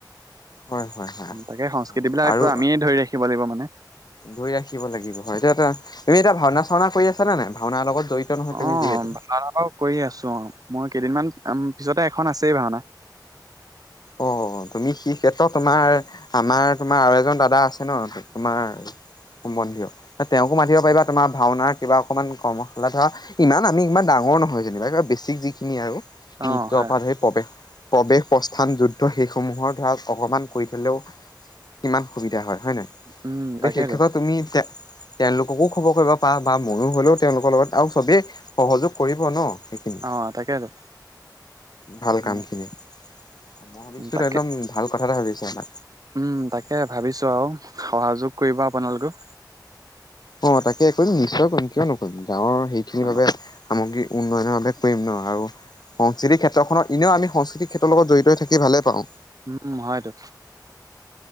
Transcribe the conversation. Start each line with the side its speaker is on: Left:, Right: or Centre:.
Left: হয় হয় হয়
Right: তাকে সংস্কৃতি বিলাকতো
Left: আৰু
Right: আমিয়ে ধৰি ৰাখিব লাগিব মানে।
Left: ধৰি ৰাখিব লাগিব হয়, এটো এটা, এটা ভওনা ভাওনা কৰি আছা নে নাই? ভাওনাৰ লগত জড়িত নহয় তুমি
Right: অ'
Left: যিহেতু
Right: <unintelligible> কৰি আছো, মই কেইদিনমান উম, পিছতে এখন আছেই ভাওনা
Left: অ তুমি সি ক্ষেত্ৰত তোমাৰ, আমাৰ, তোমাৰ আৰু এজন দাদা আছে ন তোমাৰ সম্বন্ধীয়, তেওঁকো মাতিব পাৰিবা তোমাৰ ভাওনাৰ কিবা অকমান কৰ্মশালা ধৰা, ইমান আমি, ইমান ডাঙৰ নহয় যেনিবা, বেছিক যিখিনি আৰু।
Right: অ
Left: নিত্য
Right: হয়
Left: অপাধ হৈ পব প্ৰৱেশ প স্থান, যুদ্ধ সেইসমূহৰ ধৰা অকণমান কৰি থলেও কিমান সুবিধা হয়। হয় নাই?
Right: উম
Left: এতিয়া
Right: তাকেতো
Left: সেই ক্ষেত্ৰত তুমি তেওঁলোককো খবৰ কৰিব পাৰা বা মইও হলেও তেওঁলোকৰ লগত, আৰু চবেই সহযোগ কৰিব ন। সেইখিনি
Right: অ তাকেতো
Left: ভাল
Right: উম
Left: কামখিনি মই ভাবিছো
Right: উম, তাকে
Left: একদম ভাল কথা ভাবিছো <inaudible>
Right: উম তাকে ভাবিছো আৰু সহযোগ কৰিব আপোনালোকেও।
Left: অ তাকে কৰিম, নিশ্চয় কৰিম, কিয় নকৰিম। গাঁৱৰ সেইখিনি
Right: অ
Left: বাবে সামগ্ৰী উন্নয়নৰভাৱে কৰিম ন আৰু সংস্কৃতিৰ ক্ষেত্ৰখনত এনেও আমি সংস্কৃতি ক্ষেত্ৰৰ লগত জড়িত হৈ থাকি ভালেই পাওঁ।
Right: উম হয়তো